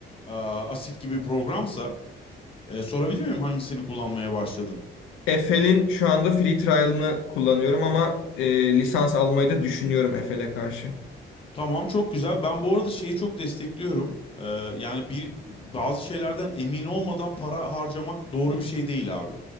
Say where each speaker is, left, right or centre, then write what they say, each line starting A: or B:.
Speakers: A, on the left; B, on the left.
A: e, Acid gibi programsa e, sorabilir miyim hangisini kullanmaya başladın?
B: Efel'in şu anda free trial'ını kullanıyorum ama e, lisans almayı da düşünüyorum Efel'e karşı.
A: Tamam çok güzel. Ben bu arada şeyi çok destekliyorum. Ee, yani bir bazı şeylerden emin olmadan para harcamak doğru bir şey değil abi.